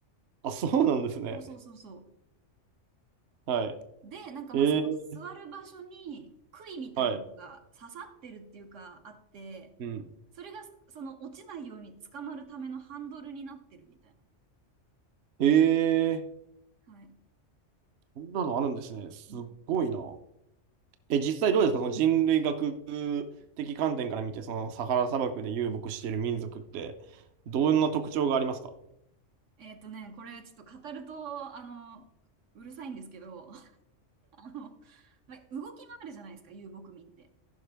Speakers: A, on the right (about 60°); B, on the right (about 75°).
A: あ、そうなんですね。
B: そうそうそうそう。
A: はい。
B: で、なんかまあその座る場所に杭みたいなのが刺さってるっていうかあって、
A: えー、はい。うん。
B: それがその落ちないように捕まるためのハンドルになってるみたいな。
A: えー、
B: はい。
A: そんなのあるんですね。すごいな。
B: うん
A: え、実際どうですかその人類学的観点から見て、そのサハラ砂漠で遊牧している民族って、どんな特徴がありますか
B: えっとね、これちょっと語ると、あの、うるさいんですけど、あの、まあ、動き回るじゃないですか、遊牧民って。